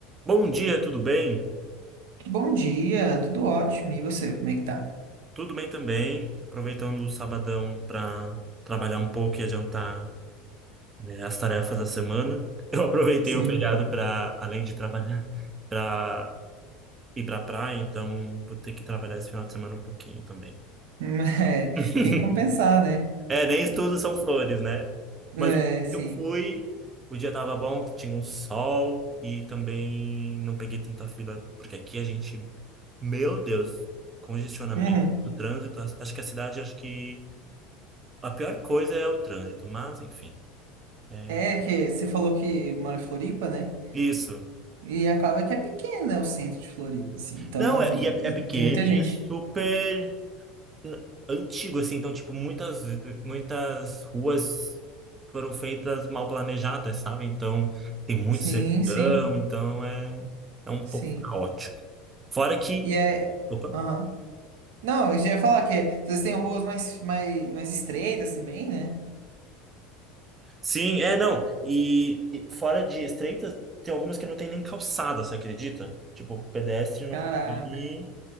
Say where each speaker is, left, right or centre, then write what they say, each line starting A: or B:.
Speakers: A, on the right (about 15°); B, on the right (about 85°).
A: Bom dia, tudo bem?
B: Bom dia, tudo ótimo. E você, como é que tá?
A: Tudo bem também. Aproveitando o sabadão para trabalhar um pouco e adiantar, né, as tarefas da semana. <laughs> Eu aproveitei
B: Sim,
A: o feriado para, além de trabalhar, <laughs> para ir para praia, então vou ter que trabalhar esse final de semana um pouquinho também.
B: <laughs> Hum, É,
A: <laughs>
B: tem que compensar, né?
A: É, nem tudo são flores, né?
B: É,
A: Mas
B: sim.
A: eu fui, o dia tava bom, tinha um sol e também não peguei tanta fila, porque aqui a gente, meu Deus, congestionamento,
B: Uhum.
A: trânsito, acho que a cidade, acho que A pior coisa é o trânsito, mas enfim. É
B: É que você falou que mora em Floripa, né?
A: isso.
B: E acaba que é pequeno, né, o centro de Floripa, assim. Então,
A: Não, é, e é,
B: e
A: é pequeno
B: tem muita
A: e
B: gente.
A: é super n- antigo, assim. Então, tipo, muitas, muitas ruas foram feitas mal planejadas, sabe? Então, tem muito
B: Sim,
A: cercadão,
B: sim,
A: então é, é um
B: sim.
A: pouco caótico. Fora que.
B: E é.
A: Opa.
B: Aham. Não, eu já ia falar que vocês têm ruas mais, mais, mais estreitas também, né?
A: Sim, é, não. E, e fora de estreitas, tem algumas que não tem nem calçada, você acredita? Tipo, o pedestre não
B: Caraca.
A: consegue